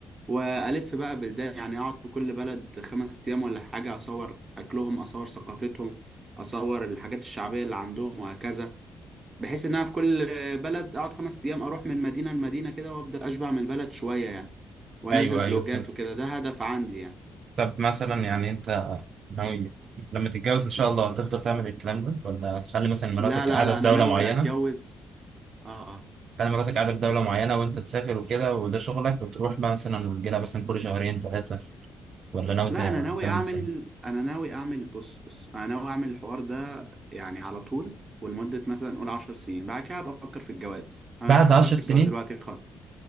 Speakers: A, on the right (about 25°); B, on the right (about 55°).
A: والف بقى بلدان يعني اقعد في كل بلد خمس ايام ولا حاجه اصور اكلهم اصور ثقافتهم اصور الحاجات الشعبيه اللي عندهم وهكذا بحيث ان انا في كل بلد اقعد خمس ايام اروح من مدينه لمدينه كده وابدا اشبع من البلد شويه يعني وانزل
B: ايوه ايوه
A: فلوجات
B: فهمتك
A: وكده ده هدف عندي يعني
B: طب مثلا يعني انت ناوي لما تتجوز ان شاء الله تفضل تعمل الكلام ده ولا تخلي مثلا مراتك
A: لا لا
B: قاعدة
A: لا
B: في
A: انا
B: دولة
A: ناوي
B: معينة
A: اتجوز اه اه
B: انا مراتك قاعده في دوله معينه وانت تسافر وكده وده شغلك وتروح بقى مثلا وتجيلها مثلا كل شهرين ثلاثه ولا ناوي
A: لا
B: ت-
A: انا ناوي
B: تعمل
A: اعمل
B: ازاي
A: انا ناوي اعمل بص بص انا ناوي اعمل الحوار ده يعني على طول ولمدة مثلا نقول 10 سنين بعد كده بفكر في الجواز انا
B: بعد
A: مش بفكر
B: عشر
A: في
B: سنين
A: الجواز دلوقتي خالص